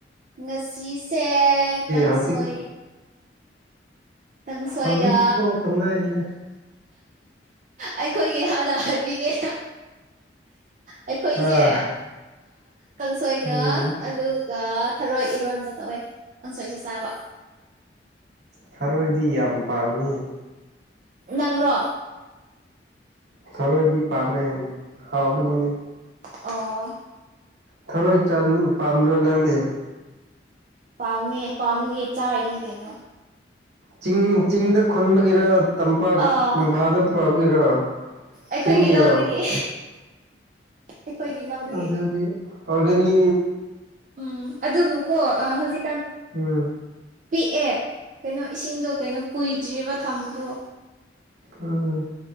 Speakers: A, on the right; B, on the right.
A: ꯉꯁꯤꯁꯦ ꯀꯥꯡꯁꯣꯏ
B: ꯍꯧꯖꯤꯛ
A: ꯀꯥꯡꯁꯣꯏꯒ
B: ꯍꯧꯖꯤꯛ ꯄꯣꯛꯇ ꯉꯥꯏꯔꯤꯗ
A: ꯑꯩꯈꯣꯏꯒꯤ ꯍꯥꯟꯅ ꯍꯥꯏꯕꯤꯒꯦ꯫ ꯑꯩꯈꯣꯏꯁꯦ
B: ꯑꯥ
A: ꯀꯥꯡꯁꯣꯏꯒ
B: ꯎꯝ
A: ꯑꯂꯨ ꯒ ꯊꯔꯣꯏ ꯏꯔꯣꯟꯕ ꯇꯧꯋꯦ ꯀꯥꯡꯁꯣꯏꯁꯨ ꯆꯥꯕ
B: ꯊꯔꯣꯏꯗꯤ ꯌꯥꯝ ꯄꯥꯝꯃꯤ
A: ꯅꯪꯔꯣ꯫
B: ꯊꯔꯣꯏꯗꯤ ꯄꯥꯝꯃꯦ ꯍꯥꯎꯕꯅꯤꯅꯦ
A: ꯑꯣ꯫
B: ꯊꯔꯣꯏ ꯆ ꯄꯥꯝꯗ꯭ꯔꯣ ꯅꯪꯗꯤ
A: ꯄꯥꯝꯃꯦ ꯄꯥꯝꯕꯒꯤ ꯆꯥꯔꯤꯅꯤ ꯀꯩꯅꯣ
B: ꯆꯤꯡ ꯆꯤꯡꯗ ꯈꯨꯟꯕꯒꯤꯔꫭ ꯇꯝꯄꯥꯛ
A: ꯑꯣ
B: ꯏꯝꯐꯥꯜꯗ ꯄꯨꯔꯛꯏꯔꯣ
A: ꯑꯩꯈꯣꯏꯒꯤ
B: ꯆꯤꯡꯒꯤꯔꯣ
A: ꯂꯧꯗꯒꯤ ꯑꯩꯈꯣꯏꯒꯤ ꯂꯧꯗꯒꯤ
B: ꯑꯗꯨꯗꯤ ꯍꯥꯎꯒꯅꯤ
A: ꯎꯝ ꯑꯗꯨꯒꯀꯣ ꯍꯧꯖꯤꯛꯀꯥꯟ
B: ꯎꯝ
A: ꯄꯤꯛꯑꯦ ꯀꯩꯅꯣ ꯏꯁꯤꯡꯗꯣ ꯀꯩꯅꯣ ꯀꯨꯏꯗ꯭ꯔꯤꯕ ꯊꯝꯕꯗꯣ꯫
B: ꯎꯝ